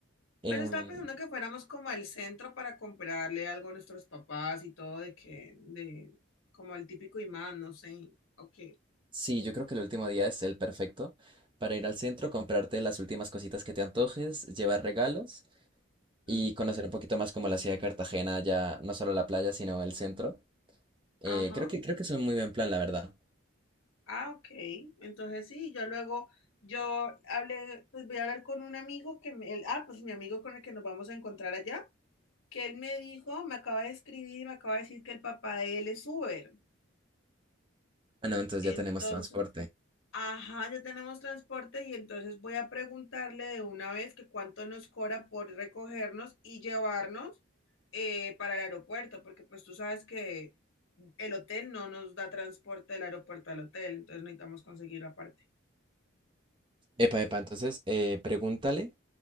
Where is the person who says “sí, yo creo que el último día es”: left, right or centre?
Right